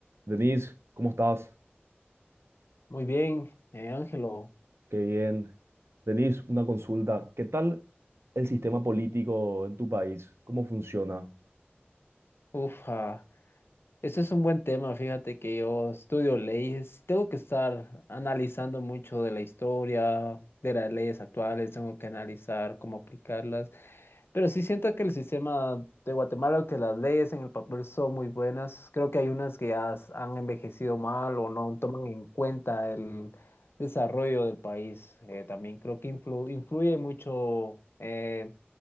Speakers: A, on the right; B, on the left.
A: Denise, ¿cómo estás?
B: Muy bien, eh, Ángelo.
A: Qué bien. Denise, una consulta. ¿Qué tal el sistema político en tu país? ¿Cómo funciona?
B: Uf, ah, este es un buen tema. Fíjate que yo estudio leyes. Tengo que estar analizando mucho de la historia, de las leyes actuales. Tengo que analizar cómo aplicarlas. Pero sí siento que el sistema de Guatemala, que las leyes en el papel son muy buenas. Creo que hay unas que ya s- han envejecido mal o no toman en cuenta el desarrollo del país. Eh, también creo que influ- influye mucho. eh,